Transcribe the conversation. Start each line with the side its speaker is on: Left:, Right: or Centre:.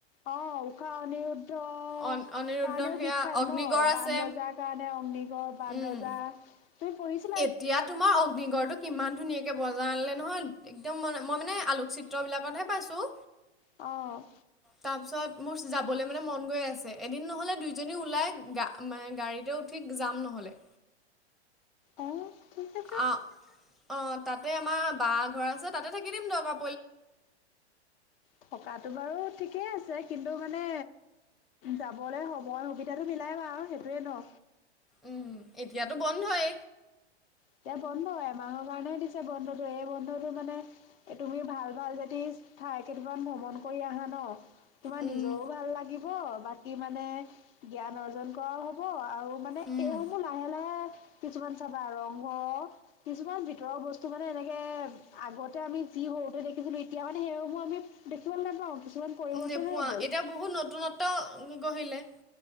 Left: অ', ঊশা অনিৰুদ্ধ
Centre: অ অনিৰুদ্ধ
Left: কাৰণেও
Centre: সেয়া
Left: বিখ্যাত
Centre: অগ্নিগড়
Left: ন
Centre: আছে
Left: বান ৰজাক কাৰণে অগ্নিগড় বান
Centre: উম।
Left: ৰজা তুমি পৰিছ
Centre: এতিয়া তোমাৰ কিমান ধুনীয়াকৈ বজাই আনিলে নহয় একদম ম মই মানে আলোকচিত্ৰবিলাকতহে পাইছোঁ
Left: অ',
Centre: তাৰপিছত মোৰ যাবলৈ মানে, মন গৈ আছে এদিন নহ'লে দুইজনী ওলাই গা ম গাড়ীতে ঠিক যাম নহ'লে
Left: অ', ঠিক আছে
Centre: অ', তাতে আমাৰ বা ঘৰ আছে, তাতে থাকি দিম দিয়ক
Left: থকাতো বাৰু ঠিকেই আছে, কিন্তু মানে যাবলৈ সময় সুবিধাতটো মিলাই বা সেইটোয়ে ন
Centre: উম, এতিয়াতো বন্ধই।
Left: এতিয়া বন্ধ, এমাহৰ কাৰণেহে দিছে বন্ধটো এই বন্ধটো মানে এই তুমি ভাল ভাল যদি ঠাই কেইটামান ভ্ৰমণ কৰি আহা ন' তোমাৰ
Centre: উম,
Left: নিজৰো ভাল লাগিব, বাকী মানে জ্ঞান অৰ্জন কৰাও হ'ব আৰু মানে
Centre: উম,
Left: এইসমূহ লাহে লাহে কিছুমান চাবা ৰংঘ কিছুমান ভিতৰৰ বস্তু মানে এনেকে আগতে আমি যি সৰুতে দেখিছিলো এতিয়া মানে সেইসমূহ আমি দেখিবলৈ নাপাওঁ। কিছুমান পৰিৱৰ্তন
Centre: নেপোৱা,
Left: হৈ গ'ল
Centre: এতিয়া বহুত নতুনত্ব গঢ়িলে।